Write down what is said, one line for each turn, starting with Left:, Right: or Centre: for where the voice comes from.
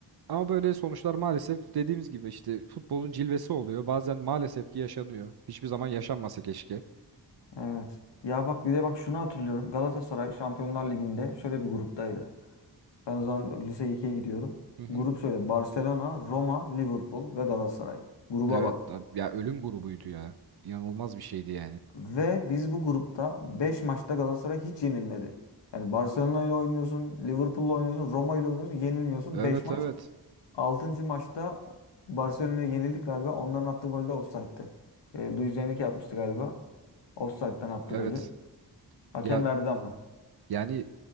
Right: Ama böyle sonuçlar maalesef dediğimiz gibi işte futbolun cilvesi oluyor. Bazen maalesef ki yaşanıyor. Hiçbir zaman yaşanmasa keşke.
Left: Evet. Ya bak bir de bak şunu hatırlıyorum. Galatasaray Şampiyonlar Ligi'nde şöyle bir gruptaydı. Ben o zaman lise 2'ye gidiyorum.
Right: Hı hı.
Left: Grup şöyle Barcelona, Roma, Liverpool ve Galatasaray. Gruba
Right: Evet
Left: bak.
Right: ab- ya ölüm grubuydu ya. İnanılmaz bir şeydi yani.
Left: Ve biz bu grupta 5 maçta Galatasaray hiç yenilmedi. Yani Barcelona ile oynuyorsun, Liverpool'la oynuyorsun, Roma ile oynuyorsun, yenilmiyorsun
Right: Evet
Left: 5 maç.
Right: evet.
Left: Altıncı maçta Barcelona'ya yenildik galiba. Onların attığı gol de offside'tı. E, Luis Enrique yapmıştı galiba. Offside'dan attı
Right: Evet.
Left: golü. Hakem
Right: Ya
Left: verdi ama.
Right: yani